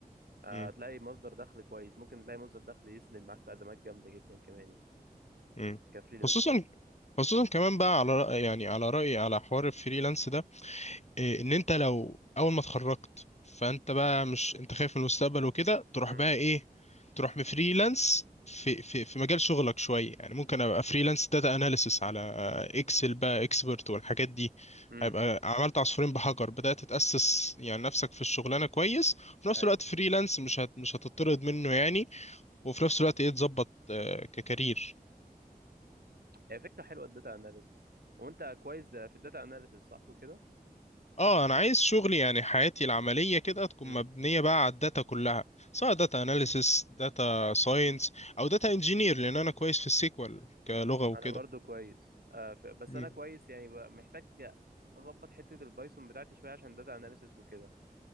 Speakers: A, on the right; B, on the left.
A: آه،
B: امم
A: هتلاقي مصدر دخل كويس ممكن تلاقي مصدر دخل يسند معاك في أزمات جامدة جدا كمان يعني
B: امم
A: كفريلانسنج
B: خصوصا خصوصا كمان بقى على رأي يعني على رأيي على حوار الفريلانس ده إيه، ان انت لو اول ما اتخرجت فانت بقى مش انت خايف من المستقبل وكده تروح
A: امم
B: بقى ايه تروح بفريلانس في في في مجال شغلك شويه يعني ممكن ابقى فريلانس داتا اناليسس على اكسل بقى اكسبرت والحاجات دي
A: امم
B: هيبقى عملت عصفورين بحجر بدات تتاسس يعني نفسك في الشغلانه كويس وفي نفس
A: ايوه
B: الوقت فريلانس مش هت مش هتطرد منه يعني وفي نفس الوقت ايه تظبط آه، ككارير
A: هي فكرة حلوة الداتا اناليسيس وانت كويس في الداتا اناليسيس صح وكده
B: اه انا عايز شغلي يعني حياتي العمليه كده تكون
A: امم
B: مبنيه بقى على الداتا كلها سواء داتا اناليسيس داتا ساينس او داتا انجينير لان انا كويس في السيكوال كلغه وكده
A: انا برضو كويس آه، ف- بس
B: مم.
A: انا كويس يعني ب- محتاج اظبط حتة البايثون بتاعتي شوية عشان داتا اناليسيس وكده